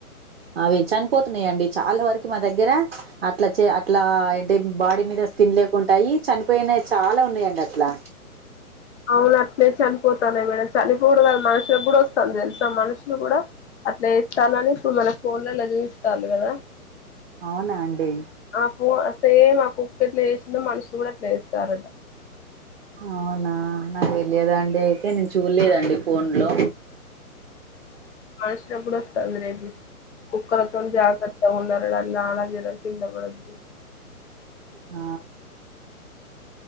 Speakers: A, on the right; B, on the left.
A: అవి చనిపోతున్నాయండి చాలా వర్కు మా దగ్గర అట్లా చే అట్లా ఎంటి బాడీ మీద స్కిన్ లేకుంటాయి చనిపోయ్నాయి చాలా ఉన్నాయండి అట్లా
B: అవున అట్లే చనిపోతనైకూడా చనిపోడు కాదు మన్షులకు కూడా వస్తంది తెలుసా మన్షులు కూడా అట్లా వేస్తానని ఇప్పుడు మనకు ఫోన్లల్ల చూపిస్థాన్రు కదా
A: అవునా అండి
B: ఆ పూ సేమ్ ఆ కుక్కెట్ల చేసిందో మనుషులు కూడా అట్లా చేస్తారట
A: అవునా నాకు తెలియదండి అయితే నేన్ చూడ్లేదండి ఫోన్లో
B: మన్షులకు కూడా వస్తంది రెబిస్ కుక్కల్‌తోనీజాగ్రత్త ఉున్నరళ లాలజాలం కిందపడదు
A: ఆ